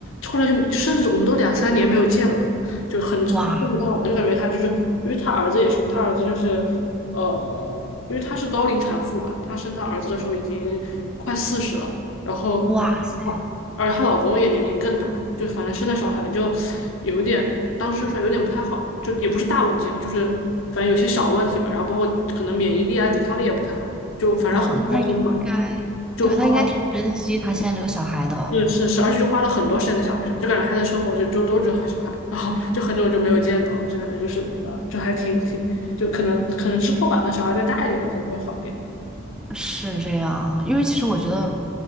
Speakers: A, on the left (about 75°); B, in the centre.
A: 后来就甚至我们都两三年没有见了，就很很见不到了，
B: 哇
A: 就感觉她就是因为她儿子也是嘛，她儿子就是呃，因为她是高龄产妇吧，她生她儿子的时候已经快四十了。然后
B: 哇塞，
A: 哇而她老公也年龄更大，就反正生的小孩就有点，当时生出来有点不太好，就也不是大问题了，就是反正有些小问题吧，然后包括可能免疫力啊、抵抗力也不太好，就反正很糟心嘛，
B: 哦，那他应该，
A: 就花了，
B: 对，他应该挺珍惜他现在这个小孩的，
A: 就是是，而且就花了很多时间在小孩上，就感觉她的生活就就都只有她小孩，然后就很久就没有见到了，就感觉就是呃，就还挺挺，就可能可能之后吧，那小孩再大一点了，可能会好一点。
B: 是这样，因为其实我觉得，